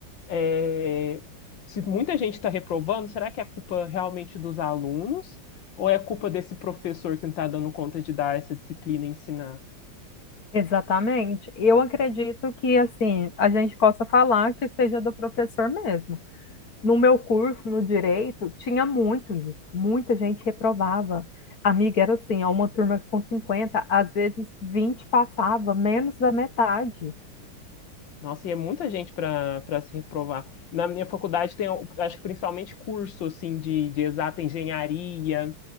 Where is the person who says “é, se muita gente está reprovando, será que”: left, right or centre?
Left